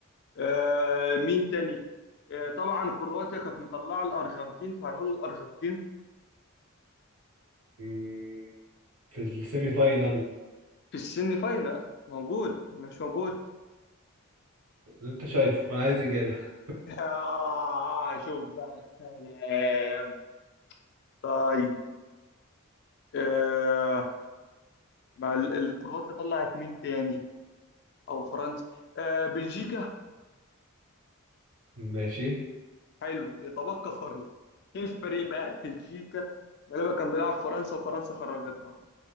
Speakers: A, on the left (about 50°); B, on the right (about 75°).
A: آه مين تاني آه طبعا كرواتيا كانت مطلعة الأرجنتين فهنقول الأرجنتين
B: امم في السيمي فاينال
A: في السيمي فاينال موجود ولا مش موجود
B: اللي انت شايفه انا عايز اجابة
A: آه شوف بقى الكلام طيب آه مع ال- الكرواتيا طلعت مين تاني او فرنسا آه بلجيكا
B: ماشي
A: حلو يتبقى فريق ايه الفريق بقى بلجيكا غالبا كان بيلعب فرنسا وفرنسا خرجتها